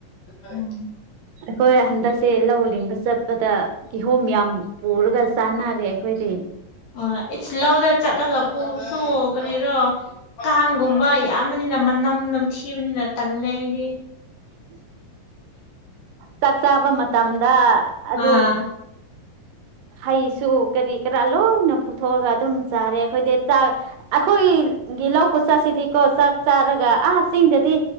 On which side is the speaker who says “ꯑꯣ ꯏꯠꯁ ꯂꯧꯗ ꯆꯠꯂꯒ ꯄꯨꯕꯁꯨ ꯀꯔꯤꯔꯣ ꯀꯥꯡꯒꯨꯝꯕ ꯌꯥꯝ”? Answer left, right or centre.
Left